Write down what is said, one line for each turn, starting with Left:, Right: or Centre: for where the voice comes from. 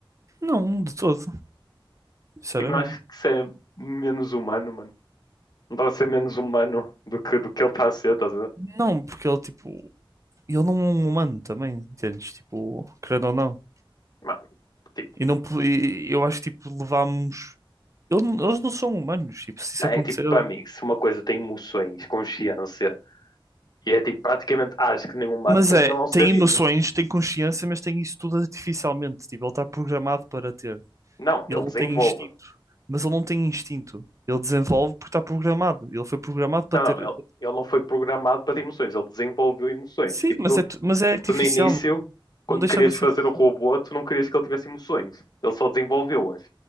Right: não, de todo. Sinceramente.
Left: Tipo, não acho que isso é menos humano, mano. Não está a ser menos humano do que, do que ele está a ser, estás a ver?
Right: Não, porque ele, tipo, ele não é um humano também, entendes? Tipo, querendo ou não.
Left: Mano, tipo,
Right: E não, po- e eu acho que, tipo, levámos. Ele não- Eles não são humanos, tipo, se isso
Left: é
Right: acontecer.
Left: tipo, para mim, se uma coisa tem emoções, consciência, e é tipo, praticamente ah, acho que nem humano,
Right: Mas
Left: para
Right: é,
Left: mim ele é um ser
Right: tem
Left: vivo.
Right: emoções, tem consciência, mas tem isso tudo artificialmente. Tipo, ele está programado para ter.
Left: Não,
Right: Ele
Left: ele
Right: não
Left: desenvolve.
Right: tem instinto, mas ele não tem instinto. Ele desenvolve porque está programado. Ele foi programado para
Left: Não,
Right: ter.
Left: não, ele, ele não foi programado para ter emoções, ele desenvolveu emoções.
Right: Sim,
Left: Tipo,
Right: mas
Left: tu,
Right: é, tu- mas é artificial.
Left: tu no início, quando
Right: Não deixa
Left: querias
Right: de ser
Left: fazer
Right: artificial.
Left: o robô, tu não querias que ele tivesse emoções. Ele só desenvolveu-as.